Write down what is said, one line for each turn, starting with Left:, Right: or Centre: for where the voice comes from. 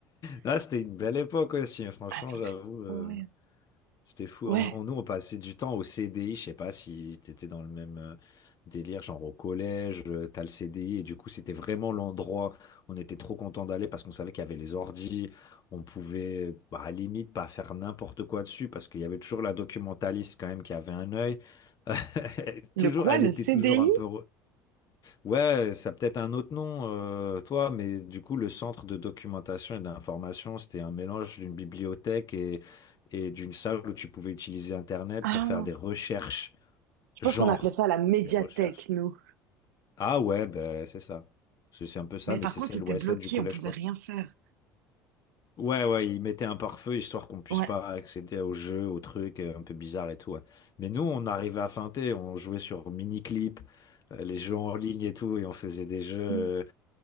Left: Là, c'était une belle époque aussi, hein. franchement,
Right: Ah, ça
Left: j'avoue.
Right: me fait trop
Left: euh,
Right: rire.
Left: c'était fou.
Right: Ouais.
Left: On- on- nous, on passait du temps au CDI. Je sais pas si t'étais dans le même euh, délire, genre au collège, euh, t'as le CDI. Et du coup, c'était vraiment l'endroit. où On était trop content d'aller parce qu'on savait qu'il y avait les ordis. On pouvait, bah, à la limite, pas faire n'importe quoi dessus parce qu'il y avait toujours la documentaliste quand même qui avait un œil. <laughs> Toujours,
Right: Le quoi,
Left: elle
Right: le
Left: était
Right: CDI?
Left: toujours un peu. Ouais, ça a peut-être un autre nom, euh, toi, mais du coup, le centre de documentation et d'information, c'était un mélange d'une bibliothèque et, et d'une salle où tu pouvais utiliser Internet
Right: Ah,
Left: pour faire des recherches,
Right: je
Left: genre
Right: pense qu'on appelait ça la médiathèque,
Left: des recherches.
Right: nous.
Left: Ah ouais, ben c'est ça. C'est c'est un peu ça,
Right: Mais
Left: mais
Right: par
Left: c'est
Right: contre,
Left: celle,
Right: c'était
Left: ouais,
Right: bloqué,
Left: celle du collège,
Right: on pouvait
Left: quoi.
Right: rien faire.
Left: Ouais, ouais, ils mettaient un pare-feu histoire qu'on puisse
Right: Ouais.
Left: pas accéder aux jeux, aux trucs euh, un peu bizarres et tout. ouais. Mais nous, on arrivait à feinter, on jouait sur Miniclip, euh, les jeux en ligne et tout, et on faisait des jeux.
Right: Mm.